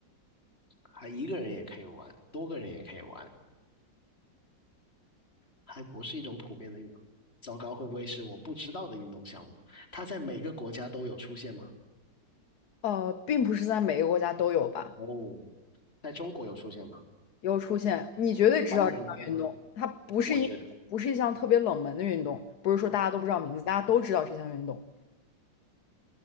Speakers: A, on the left; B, on the left.
A: 还一个人也可以玩，多个人也可以玩，还不是一种普遍的运动。糟糕，会不会是我不知道的运动项目？它在每个国家都有出现吗？
B: 呃，并不是在每个国家都有吧，
A: 哦，在中国有出现吗？
B: 有出现，你绝对知道这项运动，
A: 玩的人多吗？
B: 它不是一不是一项特别冷门的运动，
A: 我觉得，
B: 不是说大家都不知道名字，大家都知道这项运动，